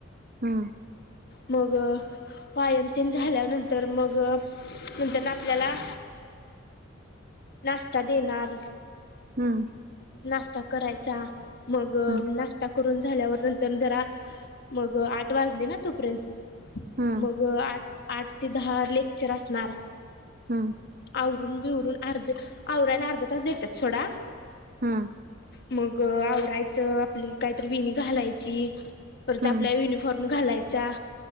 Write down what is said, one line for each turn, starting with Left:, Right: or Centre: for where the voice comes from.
Right: हम.
Left: मग पायमतीन झाल्यानंतर मग नंतर आपल्याला
Right: <inaudible>
Left: नाश्ता देणार.
Right: हम्म.
Left: नाश्ता करायचा मग
Right: हम्म.
Left: नाश्ता कर. रून झाल्यावर नंतर जरा मग आठ वाजले ना तोपर्यंत
Right: हम्म.
Left: मग आठ आठ ते दहा लेक्चर असणार.
Right: हम्म.
Left: आवरून बिवरून अर्ध आवरायला अर्धा तास भेटत्यात सोडा.
Right: हा.
Left: मग आवरायचं आपली कायतरी विणी घालायची. परत
Right: हम्म.
Left: आपला युनिफॉर्म घालायचा.